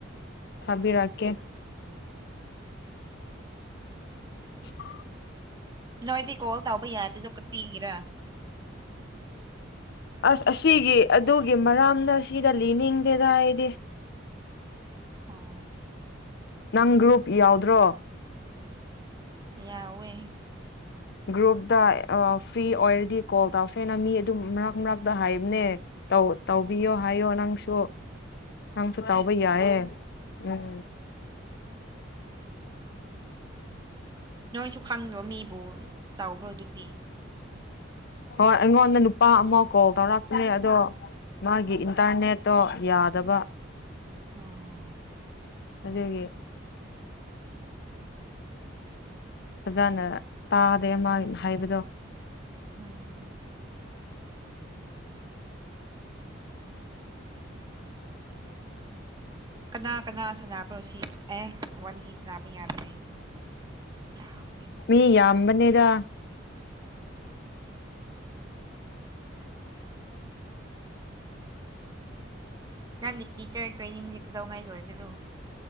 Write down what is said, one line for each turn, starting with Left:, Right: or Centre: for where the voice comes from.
Left: ꯊꯥꯕꯤꯔꯛꯀꯦ <inaudible>
Right: ꯅꯣꯏꯗꯤ ꯀꯣꯜ ꯇꯧꯕ ꯌꯥꯗꯔ꯭ꯤꯗꯣ ꯀꯔꯤꯒꯤꯔꯥ
Left: ꯑꯁ ꯑꯁꯤꯒꯤ ꯑꯗꯨꯒꯤ ꯃꯔꯝꯗꯣ ꯁꯤꯗ ꯂꯤꯅꯤꯡꯗꯦꯗ ꯑꯩꯗꯤ
Right: ꯎꯝ
Left: ꯅꯪ ꯒ꯭ꯔꯨꯞ ꯌꯥꯎꯗ꯭ꯔꯣ
Right: ꯌꯥꯎꯋꯦ
Left: ꯒ꯭ꯔꯨꯞꯇ ꯐ꯭ꯔꯤ ꯑꯣꯏꯔꯗꯤ ꯀꯣꯜ ꯇꯧꯁꯦꯅ ꯃꯤ ꯑꯗꯨꯝ ꯃꯔꯛ ꯃꯔꯛꯇ ꯍꯥꯏꯕꯅꯦ ꯇꯧ ꯇꯧꯕꯤꯌꯣ ꯍꯥꯏꯌꯣ ꯅꯪꯁꯨ ꯅꯪꯁꯨ ꯇꯥꯎꯕ ꯌꯥꯏꯌꯦ ꯎꯝ
Right: ꯅꯣꯏꯁꯨ ꯈꯪꯗꯕ ꯃꯤꯕꯨ ꯇꯕ꯭ꯔꯣ ꯑꯗꯨꯗꯤ
Left: ꯍꯣꯏ ꯑꯩꯉꯣꯟꯗ ꯅꯨꯄꯥ ꯑꯃ ꯀꯣꯜ ꯇꯧꯔꯛꯄꯅꯦ ꯑꯗꯣ ꯃꯥꯒꯤ ꯏꯟꯇꯔꯅꯦꯠꯇꯣ ꯌꯥꯗꯕ
Right: ꯑꯣ
Left: ꯑꯗꯨꯒꯤ ꯐꯖꯥꯅ ꯇꯥꯗꯦ ꯃꯥꯟ ꯍꯥꯏꯕꯗꯣ
Right: ꯎꯝ <inaudible> ꯀꯅꯥ ꯀꯅꯥ ꯁꯥꯅꯕ꯭ꯔꯣ ꯁꯤ ꯑꯦ ꯋꯥꯔꯤ ꯁꯅꯥꯕ ꯌꯥꯗꯔꯦ ꯑꯩꯈꯣꯏꯗꯤ ꯀꯥꯎꯔꯦ
Left: ꯃꯤ ꯌꯥꯕꯅꯦꯗ
Right: ꯅꯪꯗꯤ ꯇꯤꯆꯔ ꯇ꯭ꯔꯦꯅꯤꯡꯁꯦ ꯀꯩꯗꯧꯉꯥꯏ ꯂꯣꯏꯒꯦꯔꯣ